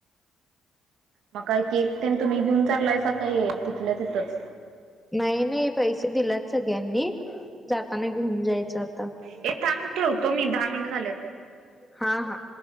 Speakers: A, on the right; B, in the centre.
A: मग केक तेन तुम्ही घेऊन चाललायसा सकाळी? तिथल्या तिथंच.
B: नाही नाही पैसे दिलेत सगळ्यांनी जाताना घेऊन जायचं आता.
A: हे थांब ठेवतो मी दहा मिनिट झालेत.
B: हा हा.